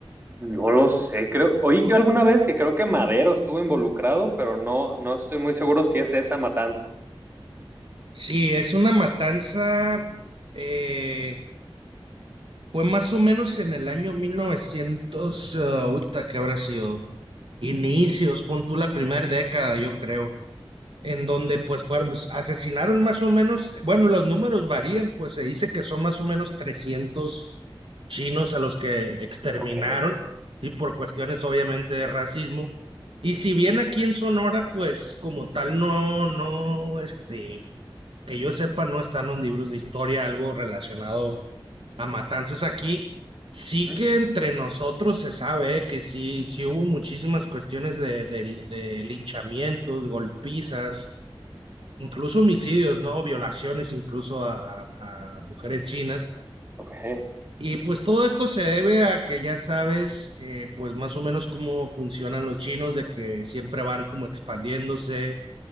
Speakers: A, on the right; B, on the right.
A: No lo sé, creo, oí que alguna vez que creo que Madero estuvo involucrado, pero no, no estoy muy seguro si es esa matanza.
B: Sí, es una matanza, eh, Fue más o menos en el año 1900, ah, uta, que habrá sido? Inicios, pon tú la primera década, yo creo, en donde pues fueron, pues, asesinaron más o menos, bueno, los números varían, pues se dice que son más o menos 300 chinos a los que exterminaron,
A: Ok,
B: y por cuestiones obviamente de racismo. Y si bien aquí en Sonora, pues como tal, no, no, este, que yo sepa, no están los libros de historia, algo relacionado a matanzas aquí. Sí
A: ujú,
B: que entre nosotros se sabe eh, que sí, sí hubo muchísimas cuestiones de, de- de linchamientos, golpizas, incluso homicidios, ¿no? Violaciones incluso a, a- a mujeres chinas.
A: ok,
B: Y pues todo esto se debe a que ya sabes, eh, pues más o menos cómo funcionan los chinos, de que siempre van como expandiéndose,